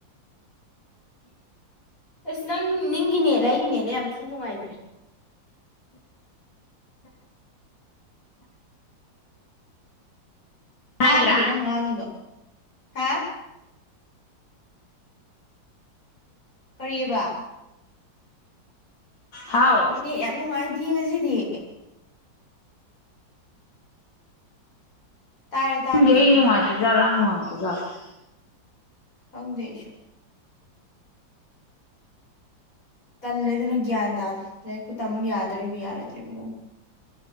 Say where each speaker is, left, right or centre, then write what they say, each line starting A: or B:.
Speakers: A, on the left; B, on the left.
A: ꯑꯁ ꯅꯪ ꯅꯤꯡꯒꯤ ꯅꯦꯠꯂ ꯑꯩꯒꯤ ꯅꯦꯠꯂ ꯌꯥꯝ ꯊꯤ ꯅꯨꯡꯉꯥꯏꯇ꯭ꯔꯦ ꯇꯥꯗꯤꯌꯦ
B: ꯍꯥꯏꯗ꯭ꯔꯥ
A: ꯅꯪ ꯉꯥꯡꯉꯤꯗꯣ ꯍꯥ ꯀꯔꯤꯑꯕ
B: ꯍꯥꯎ
A: ꯅꯦꯠ ꯌꯥꯝ ꯅꯨꯡꯉꯥꯏ ꯌꯦꯡꯉꯁꯤꯗꯤ ꯇꯥꯔꯦ ꯇꯥꯔꯦ
B: ꯈꯪꯗꯦ
A: ꯍꯧꯖꯤꯛꯄꯨꯗꯤ
B: ꯑꯩꯒꯤ ꯅꯨꯡꯉꯥꯏꯇ꯭ꯔꯤꯖꯥꯠꯂ <unintelligible> <inaudible>
A: ꯈꯪꯗꯦ ꯑꯩꯁꯨ ꯇꯜꯂꯦ ꯑꯗꯨꯅ ꯒ꯭ꯌꯥꯟ ꯇꯥꯗꯦ ꯂꯥꯏꯔꯤꯛꯄꯨ ꯇꯝ ꯌꯥꯗꯧꯔꯤꯕꯥ ꯌꯥꯔꯣꯏ ꯀꯩꯕꯨꯅꯣ